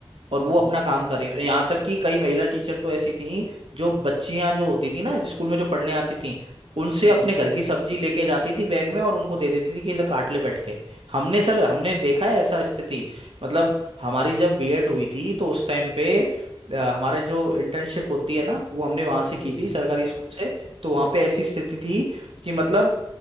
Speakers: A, on the right; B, in the centre.
A: और
B: हम्म
A: वो अपना काम कर रही हैं यहाँ तक कि कई महिला टीचर तो ऐसी थी जो बच्चियां जो होती थी ना स्कूल में जो पढ़ने आती थी उनसे
B: हाँ
A: अपने घर की सब्जी लेके जाती थी बैग में और उनको दे देती थी कि ले काट ले बैठ के हमने सर हमने देखा है ऐसा स्थिति मतलब हमारी जब बीएड हुई थी तो उस टाइम पे अ, हमारे जो इंटर्नशिप होती है ना वो हमने वहां से
B: जी
A: की
B: जी
A: थी सरकारी स्कूल से तो वहां पे ऐसी स्थिति थी कि मतलब